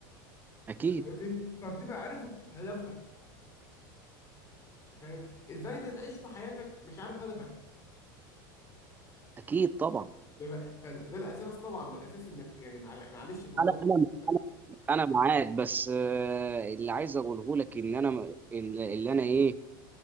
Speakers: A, on the right; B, on the left.
A: اكيد
B: فاهمني فبتبقى عارف هدفها فاهم ازاي انت تعيش في حياتك مش عارف هدفك
A: اكيد طبعا
B: ده ف- فده الاساس طبعا ده الاساس انك يعني معل- معلش في الله
A: انا انا
B: لا.
A: انا معاك بس آه، اللي عايز اقوله لك ان انا اللي اللي انا ايه